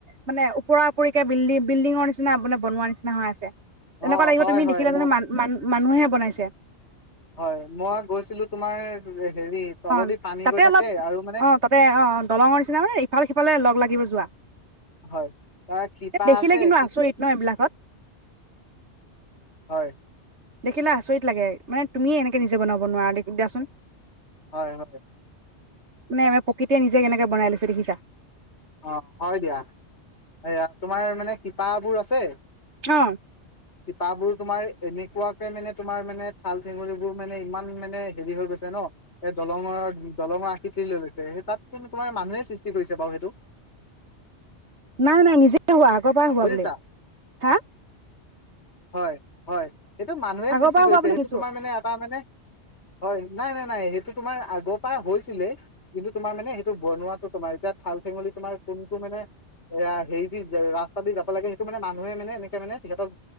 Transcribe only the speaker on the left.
অ',
হয়,
হয়,
মোৰ
হয়, মই গৈছিলো তোমাৰ হেৰি তলদি
পানী
গৈ থাকে
আৰু মানে
হয়, তাৰ শিপা
আছে
কি
হয়।
হয়, হয়।
অ', হয় দিয়া। এয়া, তোমাৰ মানে শিপাবোৰ আছে।
শিপাবোৰ তোমাৰ এনেকুৱাকে মানে তোমাৰ মানে ঠাল-ঠেঙুলিবোৰ মানে ইমান মানে হেৰি হৈ গৈছে ন, এ দলঙৰ দলঙৰ আকৃতি লৈ লৈছে। তাত কিন্তু তোমাৰ মানুহেই সৃষ্টি কৰিছে বাৰু সেইটো।
বুজিছা
হয়। হয়। সেইটো মানুহে
সৃষ্টি
কৰিছে
সেইটো
তোমাৰ মানে এটা মানে, হয়। নাই নাই নাই সেইটো তোমাৰ আগৰ পৰা হৈছিলে, কিন্তু তোমাৰ মানে সেইটো বনোৱাটো তোমাৰ, এতিয়া ঠাল-ঠেঙুলি তোমাৰ কোনটো মানে এ হেৰি দি ৰাস্তা দি যাব লাগে, সেইটো মানে মানুহে মানে এনেকে মানে সিহতক